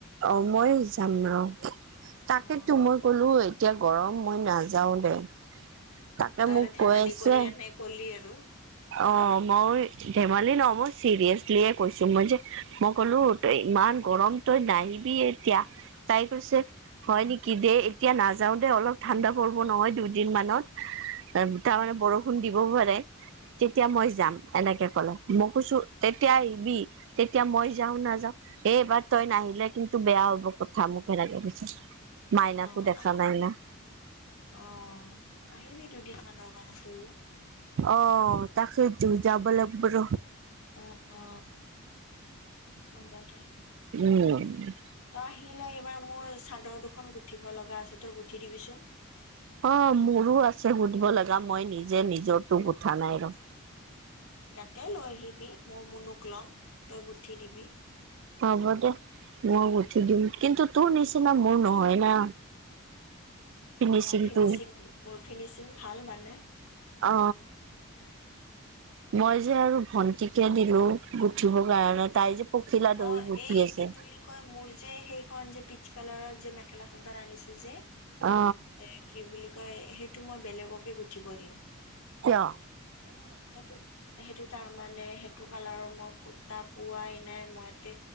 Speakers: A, on the right; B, on the left.
A: অ মই যাম ন৷তাকে
B: অ
A: তো মই কলো এতিয়া গৰম মই নাযাও দে৷ তাকে
B: তই
A: মোক
B: আৰু ধেমালি
A: কৈ আছে।
B: কৰি এনে কলি আৰু অ
A: অ মই ধেমালি ন মই চিৰিয়াচলিয়ে কৈছো মই যে মই ক'লো তই ইমান গৰম তই নাহিবি এতিয়া তটাই কৈছে হয় নেকি দেেই এতিয়া নাযাও দে অলপ ঠাণ্ডা পৰিব নহয় দুদিন মানত তাৰমানানে বৰষুণ দিবও পাৰে তেতিয়া মই যাম এনেকে ক মই কোছো তেতিয়া আহিবি। তেতিয়া মই যাও নাযাও এই এইবাৰ তই নাহিলে কিন্তু বেয়া হ'ব। কথা মোকে লাগে পৈছে মাইনাকো
B: অ
A: দেখা
B: আহিবি
A: নাইনা।
B: অ আহিবি দুদিন মানৰ কাৰান ত
A: অ' তাকেইতো যাব লাগিব ৰ
B: অ-অ, হব দে।
A: উম
B: তই আহিলে এইবাৰ মোৰ চাদৰ দুখন গুঠিব লগা আছে তই গুঠি দিবিচোন।
A: অ মোৰো আছে সুধিব লগা মই নিজে নিজৰ তো গোঠা নাই ৰ।
B: ইয়াতে লৈ আহিবি মোৰ মনক লম তই গুঠি দিবি।
A: হ'ব দে মই উঠি দিম কিন্তু তোৰ নিচিনা। মোৰ নহয় না। ফিনিচিংটো
B: মোৰ ফিনিচিং মোৰ ফিনিচিং ভাল মানে
A: অ মই যে আৰু ভন্টিক পঠিয়াই দিলো গুঠিবৰ কাৰণে তাই যে পখিলা দহি
B: অ
A: গুঠি
B: এই
A: আছে
B: কি বুলি কয় মোৰ যে সেইখন যে পিছ কালত যে মেখেলা চাদত আনিছো যে
A: অ
B: এ কি বুলি কয় সেই টো মই বেলেগকে গুঠিব দিম
A: কিয়
B: সেইটো সেইটো তাৰ মানে সেইটো কালাৰৰ মই সুতা পোৱাই নাই মই ইয়াতে